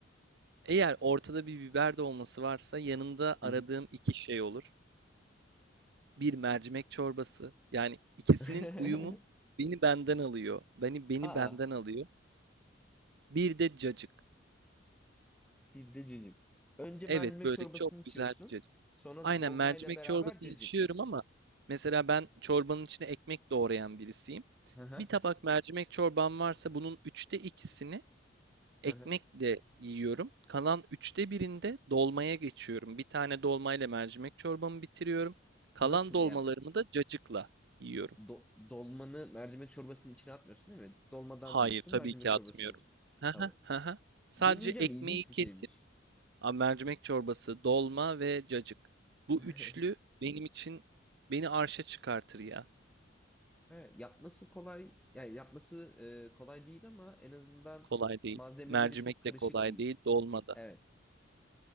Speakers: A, on the right; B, in the centre.
A: Eğer ortada bir biber dolması varsa yanında
B: hı.
A: aradığım iki şey olur. bir mercimek çorbası. Yani ikisinin
B: <laughs>
A: uyumu beni benden alıyor. Beni beni
B: Aa,
A: benden alıyor. Bir de cacık.
B: bizde cacık. Önce
A: Evet
B: mercimek
A: böyle
B: çorbasını
A: çok
B: içiyorsun.
A: güzel bir cacık.
B: Sonra
A: Aynen
B: dolmayla
A: mercimek
B: beraber
A: çorbasını
B: cacık.
A: içiyorum ama mesela ben çorbanın içine ekmek doğrayan birisiyim.
B: Hı hı.
A: Bir tabak mercimek çorbam varsa bunun üçte ikisini ekmekle
B: Hı hı.
A: yiyorum. Kalan üçte birinde dolmaya geçiyorum. Bir tane dolmayla mercimek çorbamı bitiriyorum. Kalan
B: nasıl
A: dolmalarımı
B: yani
A: da cacıkla yiyorum.
B: do- dolmanı mercimek çorbasının içine atmıyorsun değil mi? Dolmadan
A: Hayır,
B: yiyorsun,
A: tabii
B: mercimek
A: ki
B: çorbasına
A: atmıyorum.
B: içiyorsun.
A: Hı
B: Tamam.
A: hı, hı hı. Sadece
B: Deneyeceğim,
A: ekmeği
B: ilginç bir
A: kesip
B: şeymiş.
A: a, mercimek çorbası, dolma ve cacık. Bu
B: <laughs>
A: üçlü benim için beni arşa çıkartır ya.
B: Evet, yapması kolay, yani yapması e, kolay değil ama en azından
A: Kolay değil.
B: malzemeleri
A: Mercimek
B: çok karışık
A: de kolay
B: değil.
A: değil, dolma da.
B: Evet.